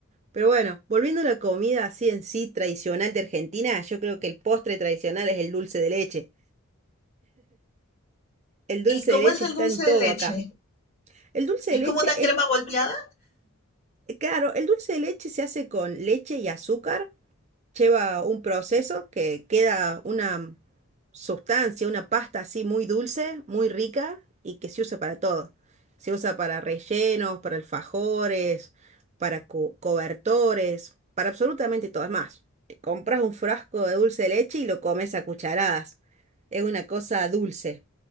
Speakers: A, on the right (about 30°); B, on the left (about 30°).
A: Pero bueno, volviendo a la comida así en sí tradicional de Argentina, yo creo que el postre tradicional es el dulce de leche. El dulce
B: ¿Y cómo
A: de leche
B: es el
A: está
B: dulce
A: en todo
B: de leche?
A: acá. El dulce
B: ¿Es
A: de leche
B: como una crema
A: es,
B: volteada?
A: claro, el dulce de leche se hace con leche y azúcar. lleva un proceso que queda una sustancia, una pasta así muy dulce, muy rica y que se usa para todo. Se usa para rellenos, para alfajores, para co- cobertores, para absolutamente todo. Es más, te compras un frasco de dulce de leche y lo comes a cucharadas. Es una cosa dulce.